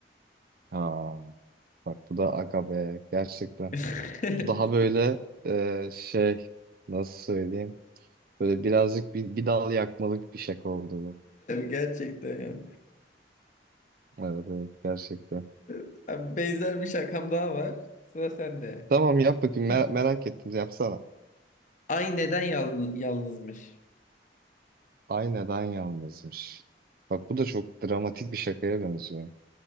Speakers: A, on the right (about 55°); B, on the left (about 45°).
A: Ha, bak bu da aga be gerçekten.
B: <laughs>
A: Bu daha böyle e, şey nasıl söyleyeyim? Böyle birazcık bir, bir dal yakmalık bir şaka oldu bu.
B: Gerçekten ya.
A: Evet evet gerçekten.
B: <laughs> Benzer bir şakam daha var. Sıra sende.
A: Tamam yap bakayım
B: Neredesin?
A: mer- merak ettim yapsana.
B: Ay neden yalnız, yalnızmış?
A: Ay neden yalnızmış? Bak bu da çok dramatik bir şakaya benziyor.